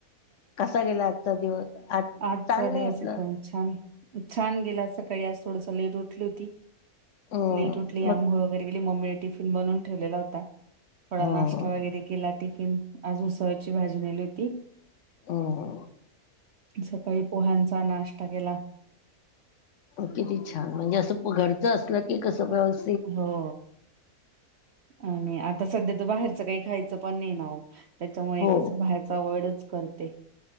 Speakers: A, on the left; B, on the right.
A: कसा गेला आजचा दिवस. आज
B: आजचा
A: चाललंय
B: दिवस
A: आपलं
B: एकदंम छान छान गेला सकाळीं आज थोडंसं लेट उठली होती.
A: हम्म
B: लेट उठली
A: मग
B: आंघोळ वगैरे केली मम्मीने टिफिन बनवूंन ठेवलेला होता. थोडा
A: हम्म
B: नाश्ता वगैरे केलां टिफिन आज उसळची भाजी नेली होती.
A: अं.
B: सकाळी पोह्यांचा नाश्ता केला.
A: मग किती छान म्हणजे असं घरचं असलं की कसं व्यवस
B: हो. आणि आता सध्या तरं बाहेरचं काही खायचं पणं नाही ना ओ? त्याच्यामुळे
A: हो
B: कसं बाहेरचं आवर्डच कर ते,